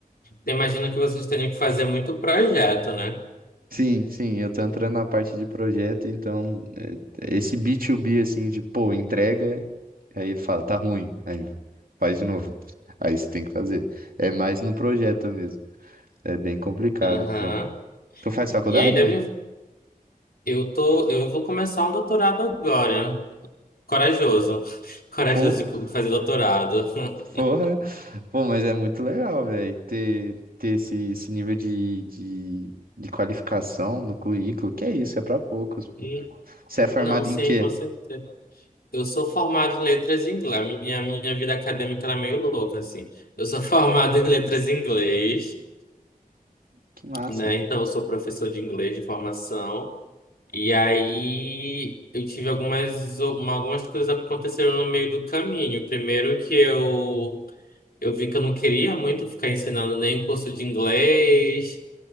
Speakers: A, on the left (about 85°); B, on the right (about 75°).
A: imagino que vocês teriam que fazer muito projeto, né?
B: Sim, sim, eu tô entrando na parte de projeto, então é, esse B2B assim de, pô, entrega, aí ele fala, tá ruim, aí faz de novo. Aí você tem que fazer. É mais no projeto mesmo. É bem complicado,
A: Aham.
B: pô. Tu faz faculdade?
A: E aí deve. Eu tô. Eu vou começar um doutorado agora. Corajoso. <laughs> Corajoso
B: Porra,
A: de co- fazer doutorado. <laughs>
B: porra. Pô, mas é muito legal, velho, ter, ter esse, esse nível de, de, de qualificação no currículo. Que é isso, é pra poucos.
A: E-
B: Você é formado
A: Não, sim,
B: em quê?
A: com certeza. Eu sou formado em letras em inglês. A minha, minha vida acadêmica era meio louca, assim. Eu sou <laughs> formado em letras em inglês,
B: Que massa.
A: né? Então, eu sou professor de inglês de formação. E aí, eu tive algumas, uma- algumas coisas aconteceram no meio do caminho. Primeiro que eu, eu vi que eu não queria muito ficar ensinando nem curso de inglês,